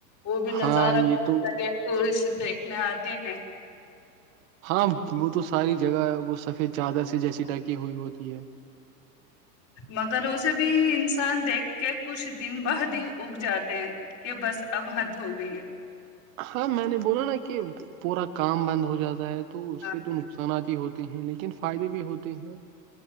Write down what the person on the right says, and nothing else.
ہاں یہ تو
ہاں وہ تو ساری جگہ وہ سفید چادر سے جیسی ڈھکی ہوئی ہوتی ہے
ہاں میں نے بولا نا کہ پورا کام بند ہو جاتا ہے تو اس
سے تو نقصانات ہی ہوتے ہیں لیکن فائدے بھی ہوتے ہیں